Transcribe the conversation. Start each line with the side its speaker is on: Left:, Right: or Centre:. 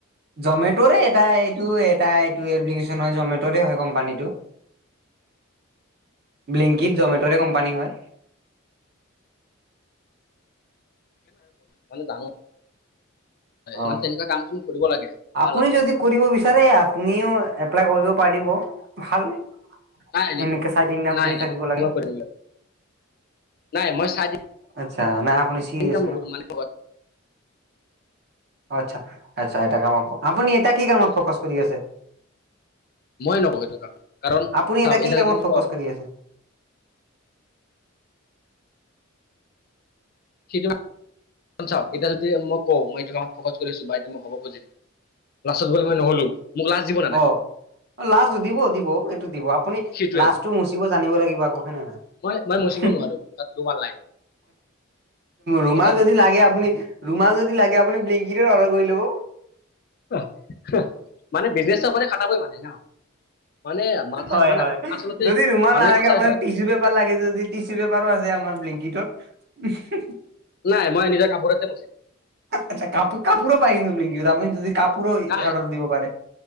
Right: জমেটৰে এটা এইটো এটা এইটো এপ্লিকেশন হয় জমেটৰে হয় কোম্পানীটো। ব্লিংকিত জমেটৰে কোম্পানী হয়।
Left: মানে জানো।
Right: অ'
Left: মানে তেনেকুৱা কাম তুমি কৰিব লাগে ভাল
Right: আপুনি
Left: আৰু
Right: যদি। কৰিব বিচাৰে আপুনিও এপ্লাই কৰিব পাৰিব ভালে।
Left: নাই নাই
Right: এনেকে চাইটিন নাম
Left: নাই
Right: কৰি
Left: নাই
Right: থাকিব লাগে।
Left: মই কৰিম নাই মই চাই
Right: আচ্ছা নাই আপুনি চিৰিয়াছ
Left: ইনকাম নকোৰোঁ
Right: ন
Left: মানুহে কয়।
Right: অহ' আচ্ছা, আচ্ছা এটা কামত আপুনি এটা কি কামত ফকাচ কৰি আছে।
Left: মই নকওঁ এইটো কাম, কাৰণ
Right: আপুনি
Left: চাওঁক
Right: কি
Left: এতিয়া
Right: কামত
Left: যদি
Right: ফকাচ
Left: কওঁ।
Right: কৰি আছে
Left: <unintelligible> চা এতিয়া যদি মই কওঁ মই এইটো কামত ফকাচ কৰি আছোঁ বা মোক হ'ব খুজিল লাষ্টত বোলে মই নহ'লো। মোৰ লাজ দিব না
Right: অহ'
Left: নাই
Right: অ' লাজ দিব দিব এইটো দিব আপুনি
Left: সেইটোৱে
Right: লাজটো মুচিব জানিব লাগিব আকৌ হয় নে নহয়।
Left: মই মই মচিব
Right: <unintelligible>
Left: নোৱাৰো মোৰ তাত ৰুমাল নাই
Right: ৰুমাল
Left: মোৰ তাত
Right: যদি লাগে
Left: নাই
Right: আপুনি ৰুমাল যদি লাগে আপুনি ব্লিংকেটত অৰ্ডাৰ কৰি ল'ব।
Left: <unintelligible> মানে ব্ৰিজনেচপতে খটাবই মানে ন মানে মাথা
Right: হয়,
Left: মানে
Right: হয়,
Left: আচলতে
Right: যদি ৰুমাল
Left: মানুহে
Right: নালাগে
Left: সঁচাই
Right: আপোনাৰ
Left: কয়
Right: টিচু পেপাৰ লাগে যদি টিচি পেপাৰো আছে আমাৰ ব্লেংকটত।
Left: নাই মই নিজৰ কাপোৰতে মুচিম।
Right: আচ্ছা কাপোৰ কাপোৰো পায় কিন্তু ব্লিংকেটত কি আপুনি যদি কাপোৰো
Left: নাই
Right: অৰ্ডাৰ দিব পাৰে।